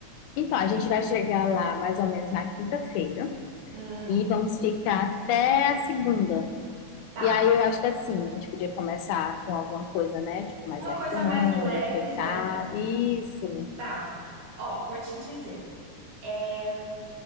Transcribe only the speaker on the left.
Então, a gente vai chegar lá mais ou menos na quinta-feira
e vamos ficar até a segunda.
E aí eu acho que assim, a gente podia começar com alguma coisa, né? Tipo, mais
gastronômica
e
tal. Isso.